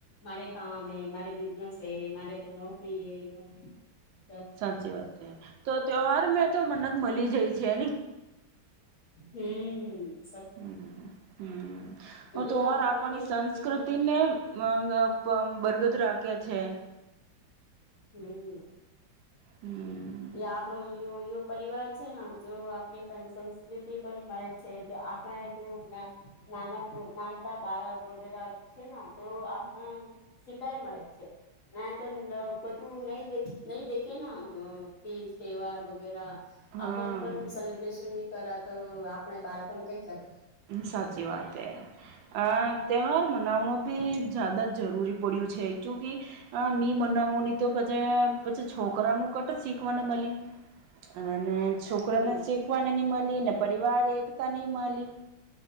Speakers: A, on the left; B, on the right.
A: મારે કામ એ મારે બિઝનેસ એ મારે નોકરી યે
B: સાચી વાત તો તહેવાર મેં તો મનત મળી જાય છે ને
A: હમ્મ.
B: હમ્મ હમ્મ હું તો
A: એ
B: ઓર
A: આપમાં
B: આપણી
A: કહીએ
B: સંસ્કૃતિ
A: કે મેન
B: ને <unintelligible> બરગદ રાખ્યા છે.
A: હમ્મ.
B: હમ
A: એ આપણો જે હોય એ પરિવાર છે ને જો આપણી સંસ્કૃતિ પણ મળે છે આપણા જો નાનક નાનકા બાળક વગેરે છે ને તો આપને શીખાય મળે છે. નાય તો અ બધું ને નય નહી દેખે ના આ તીજ તહેવાર વગેરા.
B: હા
A: આપણ પણ સેલિબ્રેશન ની કરા તો આપણે બાાર પણ કઈ કરે.
B: સાચી વાતે હ અ તહેવાાર મનાવણો ભી જાદા જ જરૂરી પડ્યું છે કયુકી અ ની બનાવવાની તો પછી પછી છોકરાનું કોટ શીખવાને મલી
A: <inaudible>
B: અને છોકરાને
A: હમ
B: શીખવાને નહિ મળી. ને પરિવાર એકતા નય મળી.